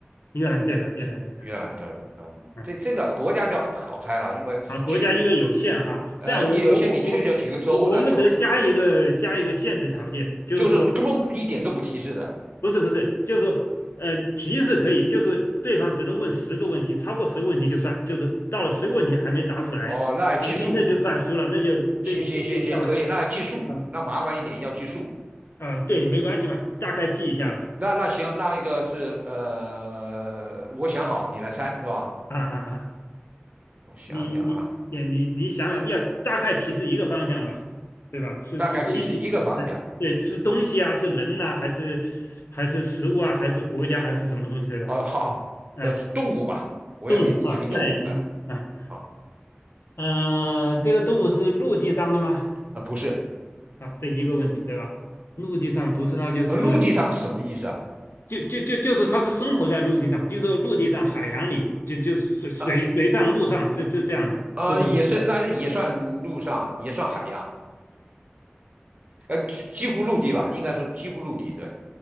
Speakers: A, on the left (about 80°); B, on the right (about 35°).
A: 越南对了，越南对了，
B: 越南对的，嗯，
A: 嗯，
B: 这这个国家就好猜了，因为去
A: 啊，国家因为有限哈，
B: 呃，
A: 这样我我我我我我们得加一个加一个限制条件，
B: 也有些你去这几个州，那就很缩小，
A: 就是说
B: 就是根本不一点都不提示的。
A: 不是不是，就是说呃提示可以，就是对方只能问十个问题，超过十个问题就算，就是到了十个问题还没答出来，
B: 哦，那还计数，
A: 呃，那那就算输了，那就对就退票了，
B: 行行行行，可以，那还计数，
A: 啊
B: 那麻烦一点要计数。
A: 啊，对，没关系嘛，大概记一下吧，
B: 那那行，那一个是呃，我想好，你来猜是吧？
A: 啊啊啊。
B: 我想想啊，
A: 你你也你你想想，要大概提示一个方向吧，对吧？是是东西，
B: 大概提示一个方向。
A: 哎，对，是东西啊，是人呐、还是还是食物啊，还是国家，还是什么东西，对吧？
B: 哦，好，
A: 哎，
B: 呃，动物吧，我要你你一个动物，
A: 动物啊，那也行啊。
B: 哎、好。
A: 呃，这个动物是陆地上的吗？
B: 啊不是，
A: 啊，这一个问题，对吧？陆地上不是，那就是
B: 呃，陆地上什么意思啊？
A: 就就就就是它是生活在陆地上，比如说陆地上、海洋里，就就水水水上、
B: 呃
A: 陆上，这这这样的，
B: 呃，
A: 或者。
B: 也是，那也算陆上，也算海洋，<laughs> 呃，几几乎陆地吧，应该说几乎陆地，对，